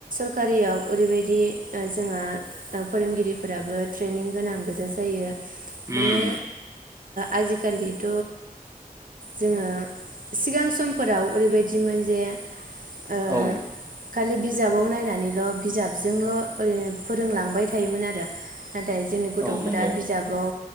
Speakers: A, on the right; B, on the right.
A: सरकारियाव ओरैबायदि ओ जोंहा फोरोंगिरिफोराबो ट्रेनिं गोनां गोजा जा जायो
B: होम
A: माने आजिखालिथ जोङो सिगां समफोराव ओरैबायदिमोन जे ओ
B: औ
A: खालि बिजाबाव नायनानैल' बिजाबजोंल' ओरै फोरोंलांबाय थायोमोन आरो नाथाय जोंनि गथ
B: औ
A: फोरा
B: नंगौ
A: बिजाबाव